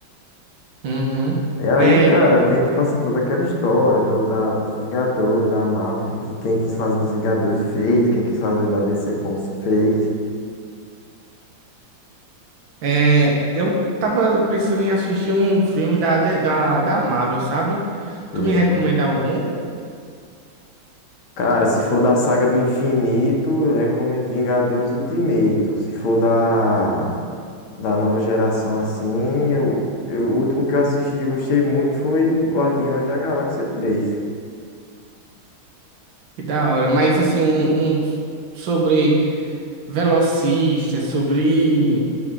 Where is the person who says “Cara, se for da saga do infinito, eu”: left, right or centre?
Left